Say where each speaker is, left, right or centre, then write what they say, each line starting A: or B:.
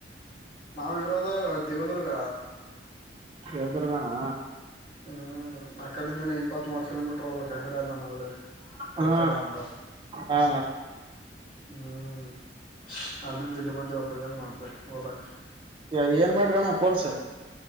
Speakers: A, on the left; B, on the right.
A: ನಾವ ಇರೋದು ದೇವದುರ್ಗ
B: ಯಾವ್ದ್ರದಾನ
A: ಹ್ಮ್ ಅಕಡೆಿಂದಏನ ಇಪ್ಪತ್ ಮೂವತ್ ಕಿಲೋಮೀಟರ್ ಹೋಗ್ಬೇಕ ಕಡೆ ಅ ನಮ್ಮೆ ಹರ್ಕಿ
B: ಹಾ
A: ಆರಾಮ್ಂತ
B: ಹಾ
A: ಹ್ಮ್ ಅಲ್ಲಿಂದ ಇಲ್ಲಿ ಬಂದ ವಪ ಜನ್ ಮಾಡ್ತೆ ಹಓದಕ್
B: ಯ ಏನ್ ಮಾಡ್ರಣ್ಣ ಕೋರ್ಸ